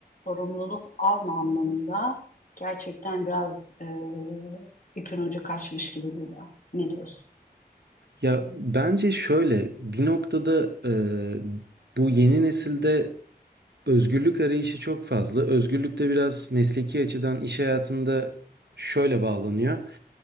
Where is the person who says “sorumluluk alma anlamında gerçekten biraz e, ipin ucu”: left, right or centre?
Left